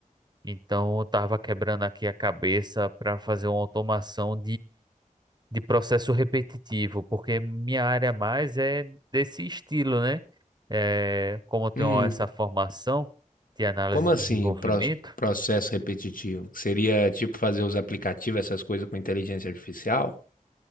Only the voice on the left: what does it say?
Uhum.
Como
assim,
pro- processo repetitivo? Que seria tipo fazer os aplicativos, essas coisas com inteligência artificial?